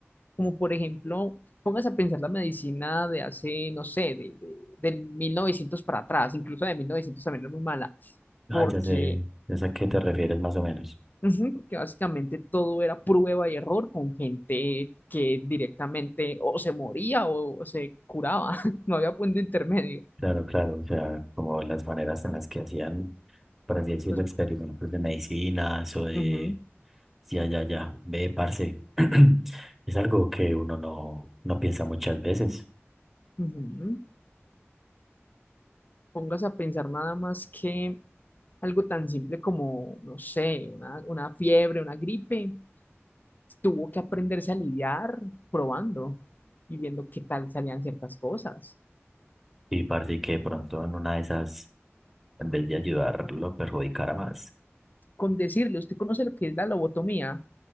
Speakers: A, on the left; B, in the centre.
A: Como por ejemplo, póngase a pensar la medicina de hace, no sé, de, de- del 1900 para atrás, incluso de 1900 también era muy mala,
B: Ah,
A: porque
B: ya sé, ya sé a qué te refieres más o menos.
A: Ujú, Porque básicamente todo era prueba y error con gente que directamente o se moría o se curaba, <laughs> no había punto intermedio.
B: Claro, claro, o sea, como las maneras en las que hacían, por así decirlo,
A: Pues,
B: experimentos de medicinas o de...
A: ujú,
B: Ya, ya, ya, ve, parce. <clears throat> Es algo que uno no, no piensa muchas veces
A: ujú. Póngase a pensar nada más que algo tan simple como, no sé, una, una fiebre, una gripe, tuvo que aprenderse a lidiar probando y viendo qué tal salían ciertas cosas.
B: y parece que de pronto en una de esas, en vez de ayudarlo, perjudicara más.
A: Con decirle, ¿usted conoce lo que es la lobotomía?